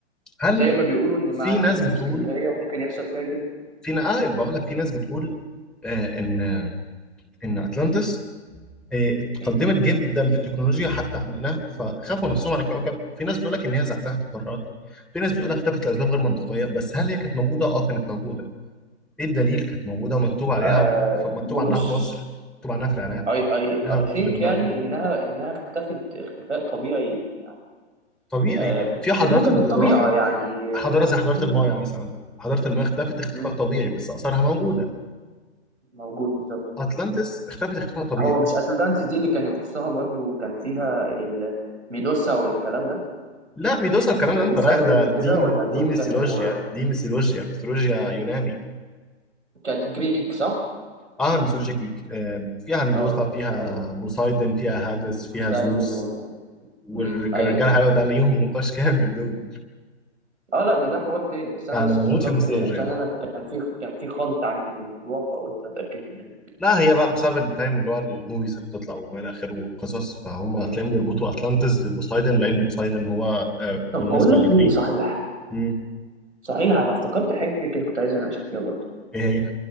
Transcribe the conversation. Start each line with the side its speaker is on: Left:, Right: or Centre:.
Centre: هل
Right: زي ما بيقولوا ان
Centre: في
Right: مع الزمن
Centre: ناس بتقول
Right: اسكندريه ممكن يحصل فيها كده
Centre: في نا- آه بقول لك في ناس بتقول آه، ان ان اتلانتس إيه، اتقدمت
Right: مم.
Centre: جدا في التكنولوجيا حتى عندنا فخافوا نفسهم على الكوكب في ناس بتقول لك ان هي زحزحت القارات في ناس بتقول لك اختفت لاسباب غير منطقيه بس هل هي كانت موجوده اه كانت موجوده ايه الدليل كانت موجوده ومكتوب عليها
Right: آه
Centre: ف- مكتوب
Right: بص
Centre: عنها في مصر مكتوب عنها في العراق
Right: اي اي
Centre: عنها
Right: اي
Centre: في
Right: ثينك
Centre: لبنان
Right: يعني انها انها اختفت اختفاء طبيعي يعني
Centre: طبيعي
Right: آه
Centre: يعني في حضارات
Right: بموجب الطبيعه
Centre: راحت
Right: يعني
Centre: حضاره
Right: آه
Centre: زي حضاره
Right: ال-
Centre: المايا مثلا حضاره المايا اختفت اختفاء
Right: مم،
Centre: طبيعي بس اثارها موجوده
Right: موجود بالظبط
Centre: اتلانتس اختفت اختفاء طبيعي
Right: هو مش اتلانتس دي اللي كان يخصها برضو كان فيها الميدوسا والكلام ده
Centre: لا ميدوسا الكلام
Right: وبوسايدن
Centre: ده انت رايح ده
Right: وكده
Centre: دي
Right: ولا
Centre: دي
Right: دول
Centre: ميثولوجيا
Right: كانوا
Centre: دي ميثولوجيا ميثولوجيا يوناني
Right: كانت جريك صح
Centre: عالم الميثولوجيا الجريك آه، فيها ميدوسا
Right: اه
Centre: فيها
Right: ايوه
Centre: بوسايدن فيها هادس فيها
Right: بوسايدن
Centre: زوس
Right: و...
Centre: والرجال
Right: امم ايوه صح
Centre: حلوة ده
Right: طيب
Centre: ليهم نقاش كامل دول
Right: اه لا ده ده حوار تاني بس انا
Centre: انا
Right: بس
Centre: بموت
Right: افتكرت
Centre: في الميثولوجيا
Right: عشان انا كان في كان في خلط عندي في الموضوع فقلت اتاكد منه
Centre: لا هي بقى بسبب الفاهم اللي هو الموفيز اللي بتطلع وما الى اخره والقصص فهم هتلاقيهم
Right: أمم.
Centre: بيربطوا اتلانتس ببوسايدن لان بوسايدن هو آه،
Right: طب
Centre: بالنسبه
Right: بقول لك
Centre: للجريك
Right: ايه صحيح
Centre: مم.
Right: صحيح انا افتكرت حاجه كده كنت عايز اناقشك فيها برضو
Centre: ايه